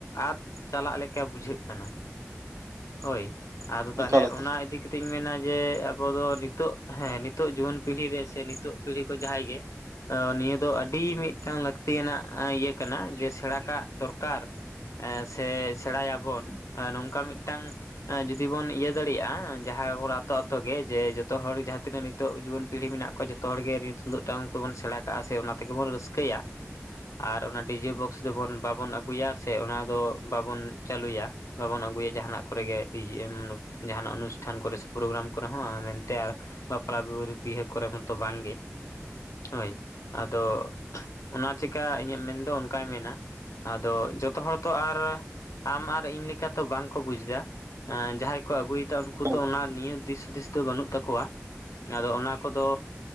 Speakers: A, on the left; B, on the right.
A: ᱟᱫ ᱪᱟᱞᱟᱜ ᱞᱮᱠᱟ ᱵᱩᱡᱷᱟᱹᱜ ᱠᱟᱱᱟ᱾ ᱦᱳᱭ ᱟᱫᱚ ᱛᱟᱦᱚᱞᱮ
B: ᱮᱠᱟᱞ ᱮᱠᱟᱞ
A: ᱚᱱᱟ ᱤᱫᱤ ᱠᱟᱛᱮᱧ ᱢᱮᱱᱟ ᱡᱮ ᱟᱵᱚ ᱫᱚ ᱱᱤᱛᱚᱜ ᱦᱮᱸ ᱱᱤᱛᱚᱜ ᱡᱩᱣᱟᱹᱱ ᱯᱤᱲᱦᱤ ᱨᱮ ᱥᱮ ᱱᱤᱛᱚᱜ ᱯᱤᱲᱦᱤ ᱠᱚ ᱡᱟᱦᱟᱸᱭ ᱜᱮ ᱱᱤᱭᱟᱹ ᱫᱚ ᱟᱹᱰᱤ ᱢᱤᱫᱴᱟᱝ ᱞᱟᱹᱠᱛᱤᱭᱟᱱᱟᱜ ᱤᱭᱟᱹ ᱠᱟᱱᱟ ᱡᱮ ᱥᱮᱬᱟ ᱠᱟᱜ ᱫᱚᱨᱠᱟᱨ ᱮ ᱥᱮ ᱥᱮᱬᱟᱭᱟᱵᱚᱱ ᱱᱚᱝᱠᱟ ᱢᱤᱫᱴᱟᱝ ᱡᱩᱫᱤ ᱵᱚᱱ ᱤᱭᱟᱹ ᱫᱟᱲᱮᱭᱟᱜᱼᱟ ᱡᱟᱦᱟᱸ ᱦᱚᱲ ᱟᱛᱳ ᱟᱛᱳ ᱜᱮ ᱡᱮ ᱡᱚᱛᱚ ᱦᱚᱲ ᱡᱟᱦᱟᱸ ᱛᱤᱱᱟᱹᱜ ᱱᱤᱛᱚᱜ ᱡᱩᱣᱟᱹᱱ ᱯᱤᱲᱦᱤ ᱢᱮᱱᱟᱜ ᱠᱚᱣᱟ ᱡᱚᱛᱚ ᱦᱚᱲ ᱜᱮᱮ ᱱᱤᱭᱟᱹ ᱛᱩᱢᱫᱟᱹᱜ ᱴᱟᱢᱟᱠ ᱛᱮᱵᱚᱱ ᱥᱮᱬᱟ ᱠᱟᱜᱼᱟ ᱥᱮ ᱚᱱᱟ ᱛᱮᱜᱮᱵᱚᱱ ᱨᱟᱹᱥᱠᱟᱹᱭᱟ ᱟᱨ ᱚᱱᱟ ᱰᱤᱡᱮ ᱵᱚᱠᱥ ᱫᱚᱵᱚᱱ ᱵᱟᱵᱚᱱ ᱟᱹᱜᱩᱭᱟ ᱥᱮ ᱚᱱᱟ ᱫᱚ ᱵᱟᱵᱚᱱ ᱪᱟᱹᱞᱩᱭᱟ ᱵᱟᱵᱚᱱ ᱟᱹᱜᱩᱭᱟ ᱡᱟᱦᱟᱱᱟᱜ ᱠᱚᱨᱮᱜᱮ ᱡᱟᱦᱟᱱᱟᱜ ᱚᱱᱩᱥᱴᱷᱟᱱ ᱠᱚᱨᱮ ᱥᱮ ᱯᱨᱳᱜᱨᱟᱢ ᱠᱚᱨᱮ ᱦᱚᱸ ᱢᱮᱱᱛᱮ ᱟᱨ ᱵᱟᱯᱞᱟᱤᱦ ᱵᱤᱦᱟᱹ ᱠᱚᱨᱮ ᱢᱟᱛᱚ ᱵᱟᱝᱜᱮ ᱦᱳᱭ ᱟᱫᱚ ᱚᱱᱟ ᱪᱮᱠᱟ ᱤᱧᱟᱹᱜ ᱢᱮᱱᱫᱚ ᱚᱱᱠᱟᱭ ᱢᱮᱱᱟ ᱟᱫᱚ ᱡᱚᱛᱚ ᱦᱚᱲ ᱛᱚ ᱟᱨ ᱟᱢ ᱟᱨ ᱤᱧ ᱞᱮᱠᱟ ᱛᱚ ᱵᱟᱝᱠᱚ ᱵᱩᱡᱷᱟᱹ ᱮ ᱡᱟᱦᱟᱸᱭ ᱠᱚ ᱟᱹᱜᱩᱭᱮᱫᱟ ᱩᱱᱠᱩ
B: ᱮᱠᱟᱞ
A: ᱫᱚ ᱚᱱᱟ ᱱᱤᱭᱟᱹ ᱫᱤᱥ ᱦᱩᱫᱤᱥ ᱫᱚ ᱵᱟᱹᱱᱩᱜ ᱛᱟᱠᱚᱣᱟ ᱟᱫᱚ ᱚᱱᱟ ᱠᱚᱫᱚ